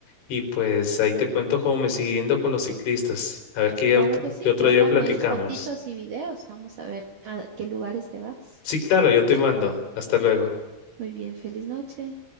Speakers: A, on the left; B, on the right.
A: y pues ahí te cuento cómo me sigue yendo con los ciclistas. A ver qué,
B: Claro
A: ot-
B: que sí,
A: qué otro
B: mándame
A: día platicamos.
B: ahí fotitos y videos, vamos a ver a qué lugares te vas.
A: Sí, claro, yo te mando. Hasta luego.
B: Muy bien, feliz noche.